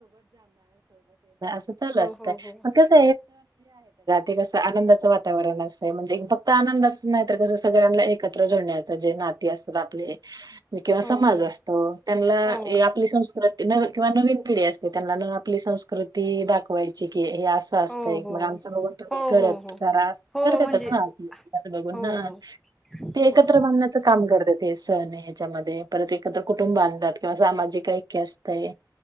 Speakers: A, on the right; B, in the centre.
A: सतत चल असत
B: हो हो
A: कस ते कस आनंदाचं वातावरण अस म्हणजे फक्त आनंदाच नाही तर कस पोरांना एकत्र जोडण्याचं जे नाती असतात आपले किंवा
B: हो
A: समाज
B: हो
A: असतो त्यांना
B: हो
A: हे आपली संस्कृत किंवा नवी नवीन पिढी असते त्यांना ना आपली संस्कृती दाखवायची हे हे असं असतंय
B: हो हो
A: मग आमच बघून तुम्ही
B: हो
A: करत
B: हो हो
A: करा
B: हो
A: करतातच
B: म्हणजे
A: ना आपल बघून
B: हो हो
A: ते एकत्र
B: हो
A: बघण्याच काम करते हे सण हे ह्याच्यामध्ये परत एकत्र कुटुंब आणतात किंवा सामाजिक एकी असतय